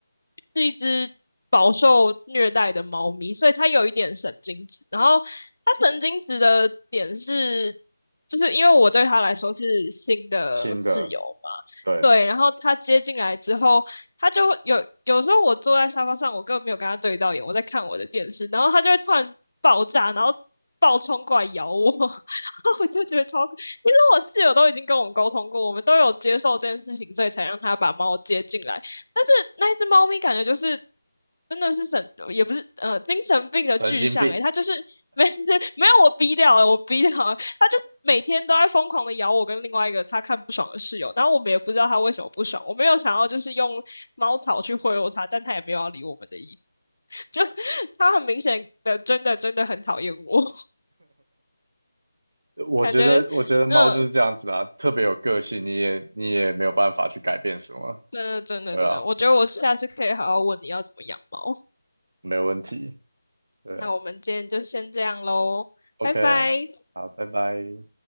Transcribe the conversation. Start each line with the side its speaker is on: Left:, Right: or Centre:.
Left: 是一只饱受虐待的猫咪，所以它有一点神经质。然后它神经质的点是，就是因为我对它来说是新的室友嘛，
Right: 新的，对，
Left: 对。然后它接进来之后。他就会有有时候我坐在沙发上，我根本没有跟他对到眼，我在看我的电视，然后他就会突然爆炸，然后暴冲过来咬我，<laughs> 然后我就觉得超可。其实我室友都已经跟我们沟通过，我们都有接受这件事情，所以才让他把猫接进来。但是那一只猫咪感觉就是真的是神，也不是呃精神病的具象诶、
Right: <laughs> 神经病。
Left: 它就是没 <laughs> 没有我逼掉了，我逼掉了，他就每天都在疯狂的咬我跟另外一个他看不爽的室友，然后我们也不知道他为什么不爽，我没有想要就是用猫草去贿赂他，但他也没有要理我们的意，就他很明显的真的真的很讨厌我，
Right: 我觉得，
Left: 感觉嗯，
Right: 我觉得猫就是这样子啊，特别有个性，你也你也没有办法去改变什么，
Left: 真的真的真的，
Right: 对啊，
Left: 我觉得我下次可以好好问你要怎么养猫。
Right: 没问题，对啊
Left: 那我们今天就先这样喽，
Right: ，OK，
Left: 拜拜。
Right: 好，拜拜。